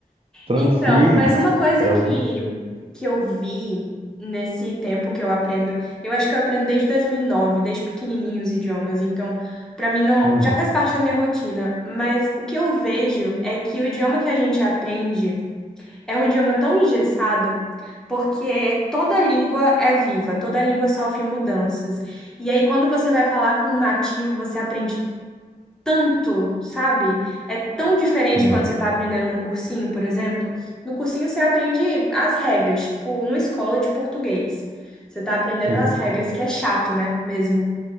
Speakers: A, on the right; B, in the centre.
A: francês
B: Então, mas uma coisa
A: é
B: que,
A: o...
B: que eu vi nesse tempo que eu aprendo, eu acho que eu aprendo desde 2009 desde pequenininho os idiomas, então pra mim não,
A: Uhum,
B: já faz parte da minha rotina, mas o que eu vejo é que o idioma que a gente aprende é um idioma tão engessado, porque toda língua é viva, toda língua sofre mudanças. E aí quando você vai falar com um nativo, você aprende tanto, sabe? É tão diferente
A: sim,
B: quando você tá aprendendo no cursinho, por exemplo. No cursinho você aprende as regras, tipo, numa escola de português. Você tá aprendendo
A: sim,
B: as regras, que é chato, né? Mesmo.